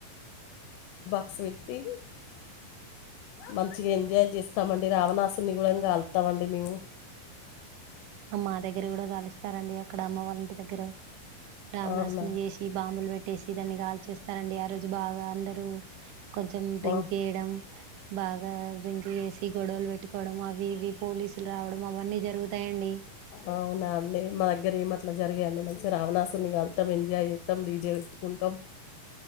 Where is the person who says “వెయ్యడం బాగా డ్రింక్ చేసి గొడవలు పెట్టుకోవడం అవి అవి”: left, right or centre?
Right